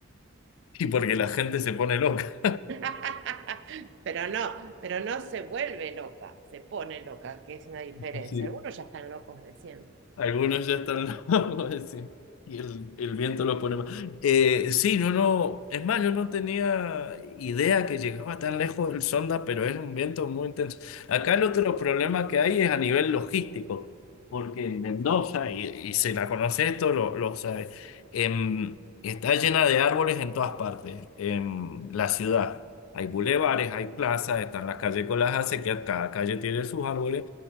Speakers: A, on the left (about 80°); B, on the right (about 60°).
A: sí, <laughs> porque la gente se pone loca.
B: <laughs> Pero no, pero no se vuelve loca, se pone loca, que es una diferencia.
A: <laughs> Sí.
B: Algunos ya están locos de siempre.
A: Algunos ya están locos, <laughs> sí. Y el, el viento los pone más. Eh, sí, no, no. Es más, yo no tenía idea que llegaba tan lejos el sonda, pero es un viento muy intenso. Acá el otro problema que hay es a nivel logístico, porque en Mendoza, y, y se la conoce esto, lo, lo sabe, em, está llena de árboles en todas partes, en la ciudad. Hay bulevares, hay plazas, están las calles con las acequias, cada calle tiene sus árboles